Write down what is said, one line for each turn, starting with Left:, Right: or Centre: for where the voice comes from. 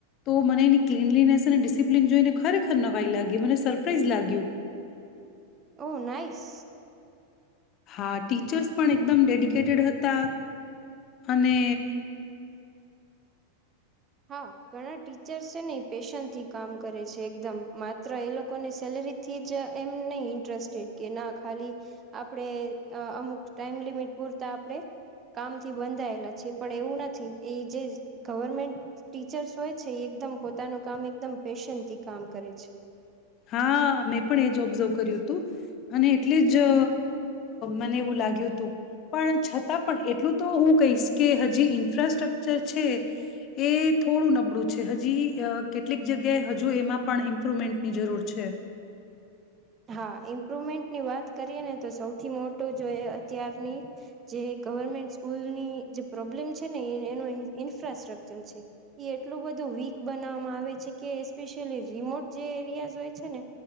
Left: તો મને એની ક્લીનલીનેસ અને ડિસિપ્લીન જોઈને. ખરેખર નવાઈ લાગી મને સરપ્રાઈઝ લાગ્યું.
Right: ઓ નઈસ.
Left: હા ટીચર્સ પણ એકદમ ડેડિકેટેડ હતા. અને
Right: હા ઘણા ટીચર્સ છે. ને પેશનથી કામ કરે છે. એકદમ માત્ર એ લોકોને સેલરી થી જ એમ નહી ઇન્ટરેસ્ટેડ કે ના ખાલી આપણેે અમુક ટાઈમ લિમિટ પૂરતા આપણે કામથી બંધાયેલા છી. પણ એવું નથી એ જે ગવર્મેન્ટ ટીચર્સ હોય છે. એ એકદમ પોતાનું કામ એકદમ પેશનથી કામ કરે છે.
Left: હા મેં પણ એ જ ઓબ્ઝર્વ કર્યું હતું. અને એટલે જ મને એવું લાગ્યું હતું. પણ છતાં પણ એટલું તો હું કહીશ કે હજી ઇન્ફ્રાસ્ટ્રકચર છે. એ થોડું નબળું છે હજી કેટલીક જગ્યાએ હજુ એમાં પણ ઇમ્પ્રુવમેન્ટ ની જરૂર છે.
Right: હા ઇમ્પ્રુવમેન્ટની વાત કરીએ ને તો સૌથી મોટું જો એ અત્યારની જે ગવર્મેન્ટ સ્કૂલની જે પ્રોબ્લેમ છે. ને એનું ઇન્ફ્રાસ્ટ્રકચર છે. એ એટલું બધું વીક બનાવવામાં આવે છે. કે એસ્પેશિયલી રિમોટ જે એરિયાઝ હોય છે. ને